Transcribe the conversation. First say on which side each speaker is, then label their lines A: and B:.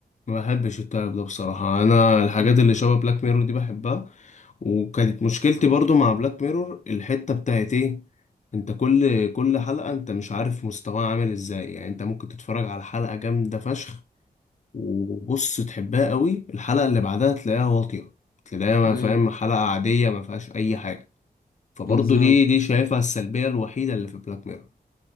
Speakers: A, on the left (about 45°); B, on the left (about 65°).
A: ما بحبش التايب ده بصراحة انا الحاجات
B: مم.
A: اللي شبه بلاك ميرور دي بحبها وكانت مشكلتي برضو مع بلاك ميرور الحتة بتاعت ايه انت كل كل حلقة انت مش عارف مستواها عامل ازاي يعني انت ممكن تتفرج على حلقة جامدة فشخ وبص تحبها قوي الحلقة اللي بعدها تلاقيها واطية تلاقيها ما
B: أيوة
A: فاهم حلقة عادية ما فيهاش اي حاجة فبرضه
B: بالظبط
A: دي دي شايفها السلبية الوحيدة اللي في بلاك ميرور